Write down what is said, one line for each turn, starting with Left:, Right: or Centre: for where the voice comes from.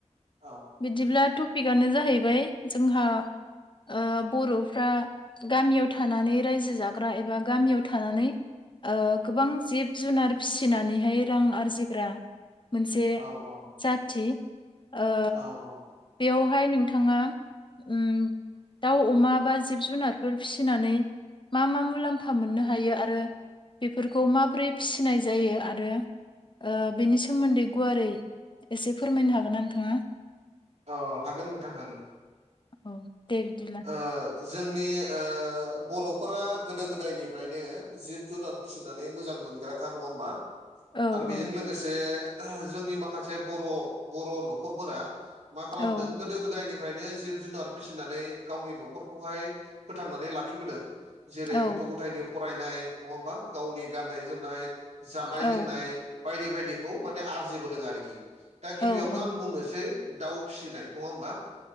Right: औ।
Left: बिदिब्ला टपिकआनो जाहैबाय जोंहा ओ बर'फ्रा गामियाव थानानै रायजो जाग्रा एबा गामियाव थानानै ओ गोबां जिब जुनार फिसिनानैहाय रां आरजिग्रा मोनसे
Right: औ औ
Left: जाथि ओ
Right: औ औ
Left: बेवहाय नोंथाङा ओम दाउ अमा बा जिब जुनारफोर फिसिनानै मा मा मुलाम्फा मोननो हायो आरो बेफोरखौ माबोरै फिसिनाय जायो आरो ओ बेनि सोमोन्दै गुवारै एसे फोरमायनो हागोन ना नोंथाङा?
Right: अ हागोन नोंथां हागोन।
Left: औ दे बिदिब्ला।
Right: ओ जोंनि ओ बर'फोरा गोदो गोदायनिफ्रायनो जिब जुनार फिसिनानै मोजां मोनग्राखा नङा होमबा?
Left: औ
Right: आरो बेजों
Left: औ
Right: लोगोसे जोंनि माखासे बर' बर' न'खरफोरा मा खालामदों
Left: औ
Right: गोदो गोदायनि फ्रायनो जिब जुनार फिसिनानै गावनि न'खरखौहाय फोथांनानै लाखिबोदों। जेरै
Left: औ
Right: गथ' गथायनि फरायनाय नङा होमबा गावनि गाननाय जोमनाय जानाय
Left: औ
Right: लोंनाय बायदि बायदिखौ माने आरजिबोदों आरोखि दा गिबियावनो
Left: औ औ
Right: आं बुंनोसै दाउ फिसिनाय नङा होमबा?